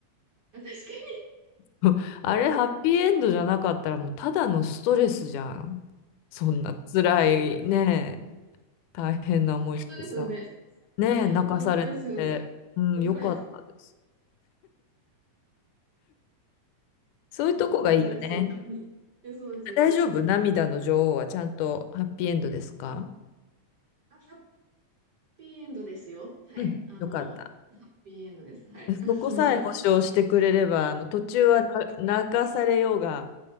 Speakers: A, on the right; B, on the left.
A: あ、確かに、
B: <laughs>
A: 本当、
B: あれ、ハッピーエンドじゃなかったら、もうただのストレスじゃん。そんな辛い、ねえ、大変な思いしてさ。
A: 本当ですよね。
B: ねえ、泣かされて、
A: 本当ですよね。
B: うん、
A: う
B: よかったです。そういうとこがいいよね。
A: ん殺されそうな。えそうですよね。
B: 大丈夫涙の女王はちゃんとハッピーエンドですか
A: あ、ハッピーエンドですよ。はい。
B: うん、
A: あの、
B: よかった。
A: ハッピーエンドです。はい。<laughs>
B: そこさえ保証してくれれば、あの、途中はな泣かされようが、